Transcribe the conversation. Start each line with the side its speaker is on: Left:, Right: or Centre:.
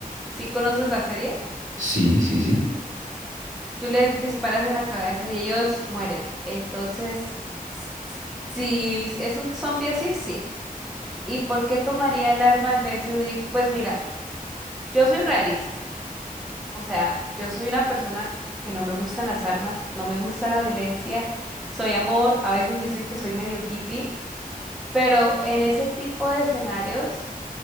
Centre: Si conoces la serie?
Right: Sí, sí, sí,
Centre: Tú les disparas en la cabeza y ellos mueren. Entonces, s- s- si s- es un zombie así, sí. ¿Y por qué tomaría el arma en vez de huir? Pues mira, yo soy realista. O sea, yo soy una persona que, que no me gustan las armas, no me gusta la violencia, soy amor. A veces me dicen que soy medio hippie, pero en ese tipo de escenarios,